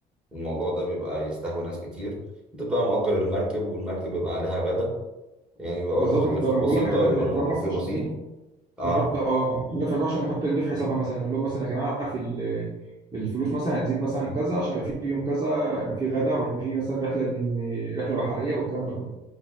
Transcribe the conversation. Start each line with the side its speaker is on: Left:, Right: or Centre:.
Centre: الموضوع ده بيبقى يستهوي ناس كتير انت بتبقى مأجر المركب والمركب بيبقى عليها غدا يعني بيبقى برضه
Right: بالظبط ما
Centre: تكلفته
Right: كنت ما
Centre: بسيطة
Right: بقول لك اعملها
Centre: ويبقى
Right: في الاعتبار
Centre: الموضوع
Right: بس
Centre: فيه
Right: عشان
Centre: بسيط
Right: ايه
Centre: اه
Right: نحط اه الملف 14 نحط نضيف حسابها مثلا نقول لهم مثلا يا جماعه في ال- الفلوس مثلا هتزيد مثلا كذا عشان يبقى في يوم كذا هيبقى في غدا وهيبقى في مثلا رحله لل- رحله بحريه والكلام ده كله